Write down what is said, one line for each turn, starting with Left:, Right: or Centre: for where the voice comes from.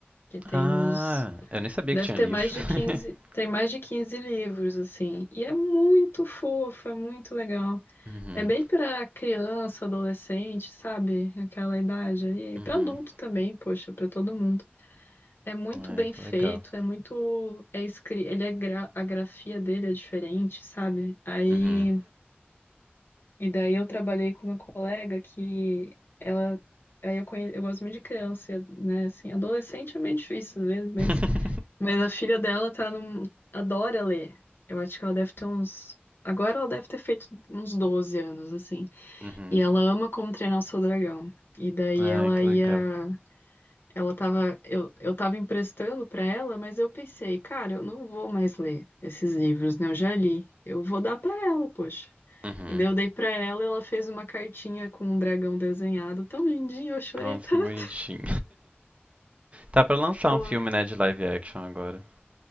Left: que tem
Right: Ah,
Left: uns.
Right: eu nem sabia
Left: Deve
Right: que tinha
Left: ter
Right: livro.
Left: mais de
Right: <laughs>
Left: 15 tem mais de 15 livros, assim. E é muito fofo, é muito legal.
Right: Uhum,
Left: É bem pra criança, adolescente, sabe? Aquela idade ali. E
Right: uhum.
Left: pra adulto também, poxa, pra todo mundo. É muito
Right: Ai,
Left: bem
Right: que
Left: feito,
Right: legal.
Left: é muito. É escri... Ele é gra... A grafia dele é diferente, sabe? Aí.
Right: Uhum.
Left: E daí eu trabalhei com uma colega que ela. Aí eu, conhe... eu gosto muito de criança, né? Assim, adolescente é meio difícil, às vezes, meio
Right: <laughs>
Left: mas a filha dela tá num... adora ler. Eu acho que ela deve ter uns. Agora ela deve ter feito uns 12 anos, assim.
Right: Uhum.
Left: E ela ama como treinar o seu dragão. E daí
Right: Ai,
Left: ela
Right: que
Left: ia.
Right: legal.
Left: Ela tava. Eu, eu tava emprestando pra ela, mas eu pensei, cara, eu não vou mais ler esses livros, né? Eu já li. Eu vou dar pra ela, poxa.
Right: Uhum.
Left: E daí eu dei pra ela, ela fez uma cartinha com um dragão desenhado tão lindinho, eu chorei
Right: Nossa,
Left: tanto.
Right: que bonitinho. Tá pra lançar
Left: Foi.
Right: um filme, né, de live action agora.